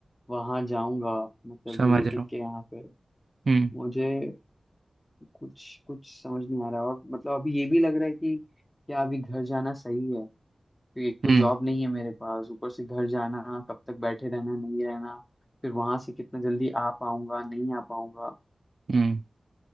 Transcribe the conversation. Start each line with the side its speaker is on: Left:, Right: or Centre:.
Left: वहां जाऊंगा मतलब
Right: समझ
Left: रिलेटिव
Right: रहा हूँ
Left: के यहाँ पे
Right: हम्म
Left: मुझे कुछ कुछ समझ नहीं आ रहा है और मतलब अभी ये भी लग रहा है कि क्या अभी घर जाना सही है क्योंकि एक तो
Right: हम्म
Left: जॉब नहीं है मेरे पास ऊपर से घर जाना कब तक बैठे रहना नहीं रहना फिर वहां से कितना जल्दी आ पाऊंगा नहीं आ पाऊंगा
Right: हम्म